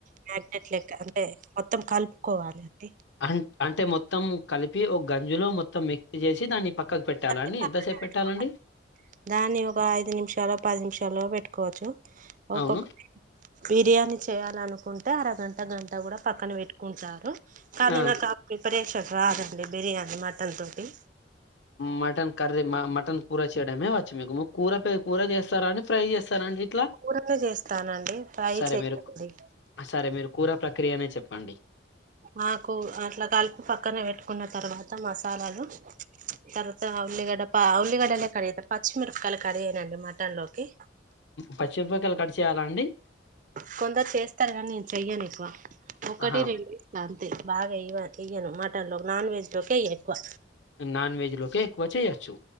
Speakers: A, on the right; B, on the left.
A: మ్యాగ్నెట్ లెక్క అంటే మొత్తం కలుపుకోవాలి అండి
B: అం అంటే మొత్తం కలిపి ఒక గంజులో మొత్తం మిక్స్ చేసి దాన్ని పక్కకు పెట్టాలా
A: దాన్ని
B: అండి
A: పక్కన
B: ఎంతసేపు
A: పెట్టుకోవాలి
B: పెట్టాలండి
A: దాన్ని ఒక ఐదు నిమిషాలు పది నిమిషాలు పెట్టుకోవచ్చు ఒక్కొక్క
B: అవును
A: బిర్యానీ చేయాలను కుంటే అరగంట గంట కూడా పక్కన పెట్టుకుంటారు కానీ
B: ఆ
A: నాకు ఆహ్ ప్రిపరేషన్ రాదండి బిర్యానీ మటన్ తోటి
B: మటన్ కర్రీ మా మటన్ కూర చేయడమే మీకు కూర కూర చేస్తార అండి ఫ్రై చేస్తానండి
A: కూరనే చేస్తానండి ఫ్రై
B: సరే
A: చేయండి
B: మీరు సరే మీరు కూరా ప్ర ప్రక్రియనే చెప్పండి
A: మాకు అట్లా కలిపి పక్క పక్కన పెట్టుకున్న తర్వాత మసాలాలు తర్వాత ఆహ్ ఉల్లిగడ్డ ఉల్లిగడ్డలేే కర్రీ అయితే పచ్చిమిరపకాయ కర్రీ అయినండి మటన్ లోకి
B: పచ్చిమిరూపాయకాలులా కర్ట్చ చేయాలా అండి
A: కొందరు చేస్తారు కానీ నేను చేయను వా ఒకటి
B: ఆహా
A: రెండు ఇస్త అంతే బాగా ఇవ ఇయ్వను మటన్లో నాన్ వెజ్లోకే ఎక్కువ
B: నోన్ వెజ్ లోకే ఎక్కువచ్చేయచ్చు